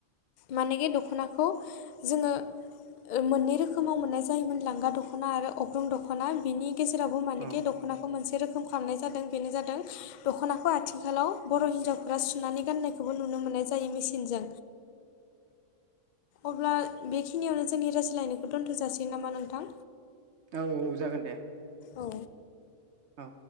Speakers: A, on the left; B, on the right.
A: मानेेखे दख'नाखौ जोङो ओ मोननै रोखोमाव मोननाय जायोमोन लांगा दख'ना आरो अग्रं दख'ना बिनि गेजेरावबो मानिकि
B: औ
A: दख'नाखौ मोनसे रोखोम खालामनाय जादों बेनो जादों दख'नाखौ आथिखालाव बर' हिनजावफोरा सुनानै गाननायखौबो नुनो मोननाय जा सिनजों अब्ला बेखिनियावनो जोंनि रायज्लायनायखौ दोनथ' जासिगोन नामा नोंथां?
B: औ औ जागोन दे।
A: औ।
B: औ।